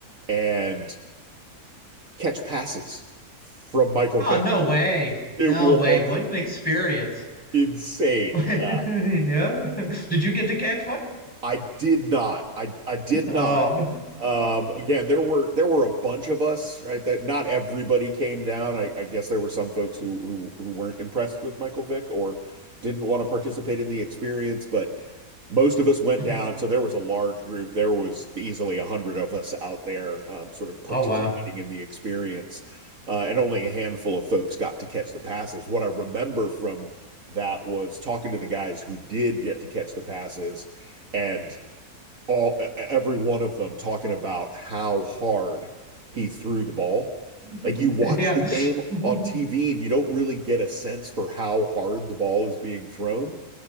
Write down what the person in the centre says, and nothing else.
Oh no way.
No
way. What an experience.
<laughs> Yeah.
Did you get to catch one?
Oh.
<laughs>
Mhm.
Oh wow.
<laughs>
Yeah.
<laughs>